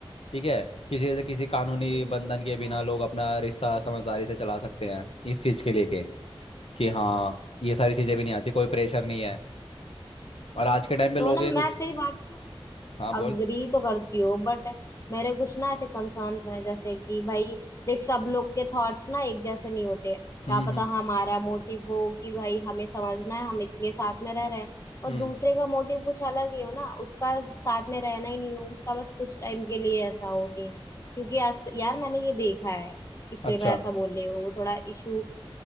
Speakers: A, on the left; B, on the left.
A: ठीक है किसी से किसी कानूनी
B: देख
A: बंधन के बिना
B: हाँ
A: लोग अपना रिश्ता समझदारी से चला सकते हैं इस चीज़ के लेके कि हाँ ये सारी चीज़ें भी नहीं आती कोई प्रेशर नहीं है और आज के टाइम पे
B: तो
A: लोग
B: ना मैं
A: ये कुछ
B: तेरी बात से
A: हाँ बोल
B: अग्री तो करती हो बट मेरे कुछ ना ऐसे कंसर्न्स हैं जैसे कि भाई देख सब लोग के थॉट्स ना एक जैसे नहीं होते क्या
A: हम्म
B: पता
A: हम्म
B: हमारा मोटिव हो कि भाई हमें समझना है हम इसलिए साथ में रह रहे हैं और
A: हम्म
B: दूसरे का मोटिव कुछ अलग ही हो ना उसका साथ में रहना ही नहीं हो उसका बस कुछ टाइम के लिए ऐसा हो सीन क्योंकि यार, यार मैंने ये देखा है इसलिए
A: अच्छा
B: मैं ऐसा बोल रही हूँ वो थोड़ा इशू